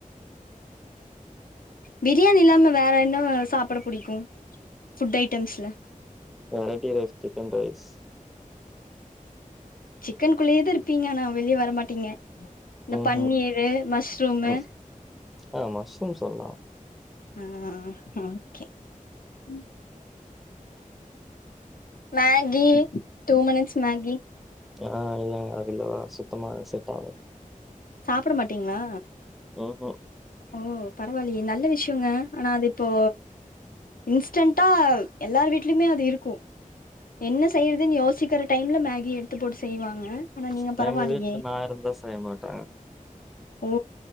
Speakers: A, on the left (about 85°); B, in the centre.
A: பிரியாணி இல்லாம வேற என்னாவு சாப்புட புடிக்கு ஃபுட் ஐட்டம்ஸ்லே
B: வரைட்டி ரைஸ் சிக்கன் ரைஸ்
A: சிக்கன்க் குள்ளயேதா இர்ப்பீங்கே ஆனா வெளியே வரமாட்டீங்கே இந்த
B: ம்ஹூம்
A: பன்னீரு மஷ்ரூமு
B: ம் ஆ மஷ்ரூம் சொல்லா
A: ஆ ஆ கே ம் மேகி டூ மினிட்ஸ் மேகி
B: ஆ இல்லங்கே அதுலில்லா சுத்தமா செட்டா
A: சாப்புட மாட்டீங்ளா
B: ம்ஹூம்
A: ஓ பரவாலியே நல்ல விஷ்யோங்கே ஆனா அது இப்போ இன்ஸ்டென்ட்டா எல்லார் வீட்லியுமே அது இருக்கோ என்னே செய்யற்துன் யோசிக்கிற டைம்லே மேகி எடுத்து போட்டு செய்வாங்க ஆனா
B: ச்ச
A: நீங்க பரவாயில்லையே
B: எங்கே வீட்லே நா இருந்தா செய்ய மாட்டே
A: ஓ